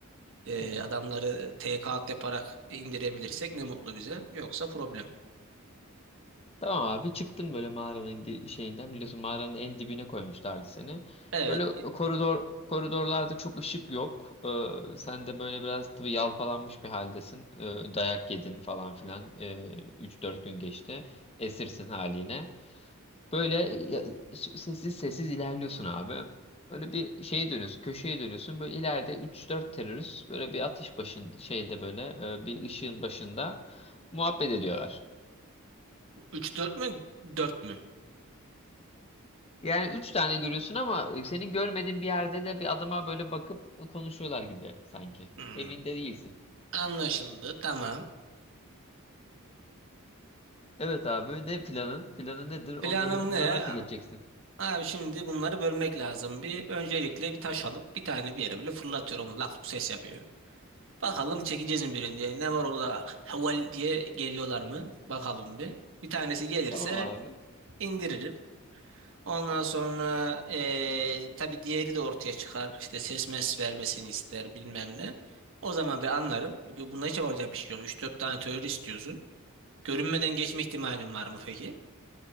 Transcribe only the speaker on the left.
Hmm.
Tamam abi çıktım böyle mağaranın gi- şeyinden biliyorsun mağaranın en dibine koymuşlardı seni.
Böyle koridor koridorlarda çok ışık yok. Ee, sen de böyle biraz tabii yalpalanmış bir haldesin. Ee, dayak yedin falan filan. Ee, 3-4 gün geçti. Esirsin haline. Böyle ya- sessiz sessiz ilerliyorsun abi. Böyle bir şeye dönüyorsun, köşeye dönüyorsun. Böyle ileride üç dört terörist böyle bir atış başında şeyde böyle e, bir ışığın başında muhabbet ediyorlar.
Yani üç tane görüyorsun ama e, senin görmediğin bir yerde de bir adama böyle bakıp konuşuyorlar gibi sanki.
Emin de değilsin.
Evet abi ne planın? Planın nedir? Onları
bunları
nasıl geçeceksin?
Tamam abi.